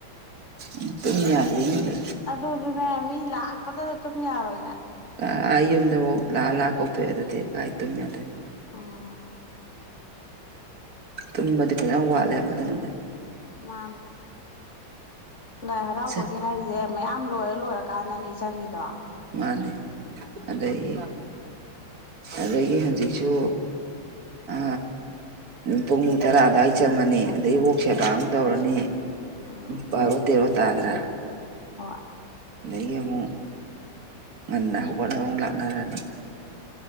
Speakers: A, on the right (about 45°); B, on the left (about 35°).
A: <inaudible> ꯇꯨꯝ ꯌꯥꯗꯦꯅꯦ
B: ꯑꯗꯨꯗꯤ ꯅꯪ ꯃꯤ ꯂꯥꯛꯄꯗꯗ ꯇꯨꯝ ꯌꯥꯔꯣꯏ ꯅꯪ
A: ꯑꯥ ꯌꯨꯝꯗꯐꯥꯎ ꯂꯥꯛꯑ ꯂꯥꯛ ꯀꯧꯊꯣꯛꯑꯦ ꯑꯗꯨꯗꯤ ꯀꯥꯏ ꯇꯨꯝ ꯌꯥꯗꯣꯏꯕ
B: ꯑꯥ
A: ꯇꯨꯝꯕꯗꯤ ꯐꯥꯖꯅ ꯋꯥꯠꯂꯦꯕ ꯑꯗꯨꯅꯅꯦ
B: ꯃꯥꯅꯦ ꯂꯥꯏ ꯍꯔꯥꯎꯕꯒꯤ
A: ꯁꯦ
B: ꯍꯥꯏꯖꯦ ꯃꯌꯥꯝ ꯂꯣꯏꯔ ꯂꯣꯏꯔ ꯀꯥꯟꯗꯅꯦ ꯆꯪꯉꯤꯗꯣ
A: ꯃꯥꯅꯦ ꯑꯗꯒꯤ ꯑꯗꯒꯤ ꯍꯧꯖꯤꯛꯁꯨ ꯑ ꯄꯨꯡ ꯇꯔꯥ ꯑꯗꯥꯏ ꯆꯪꯉꯅꯤ ꯑꯗꯩ ꯑꯣꯛ ꯁꯦꯕꯥ ꯑꯃꯨꯛ ꯇꯧꯔꯅꯤ
B: ꯎꯝ
A: ꯕꯥꯔꯣ ꯇꯦꯔꯣ ꯇꯥꯗꯔꯥ
B: ꯍꯣꯏ
A: ꯑꯗꯒꯤ ꯑꯃꯨꯛ ꯉꯟꯅ ꯍꯧꯒꯠꯂꯒ ꯑꯃꯨꯛ ꯂꯥꯛꯅꯔ